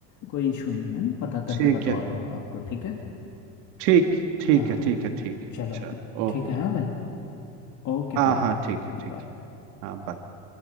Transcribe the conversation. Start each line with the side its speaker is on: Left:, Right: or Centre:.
Left: कोई इशू नहीं है मैं पता करके
Right: ठीक
Left: बतवा
Right: है
Left: दूंगा आपको ठीक है
Right: ठीक ठीक
Left: हाँ
Right: है ठीक है ठीक है
Left: चलो
Right: चल ओके
Left: ठीक है हाँ भाई ओके
Right: हाँ
Left: बाय
Right: हाँ ठीक
Left: बाय
Right: है ठीक है हाँ bye।